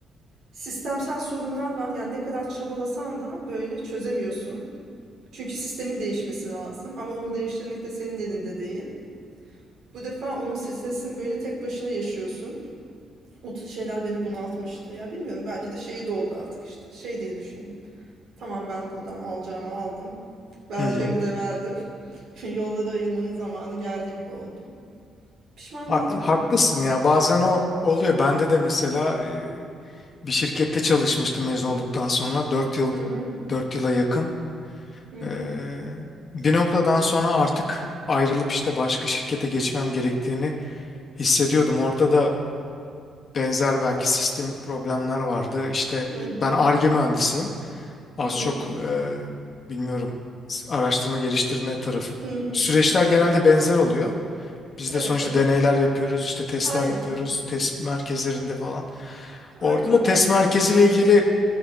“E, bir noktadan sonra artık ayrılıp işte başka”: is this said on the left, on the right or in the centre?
Left